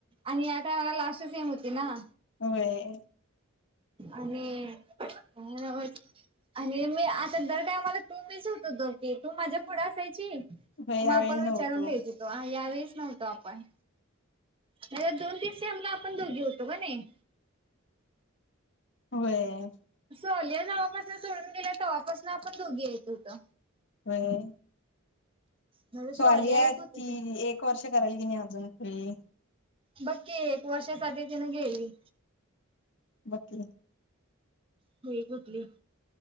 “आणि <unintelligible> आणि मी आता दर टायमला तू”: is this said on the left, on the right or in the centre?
Right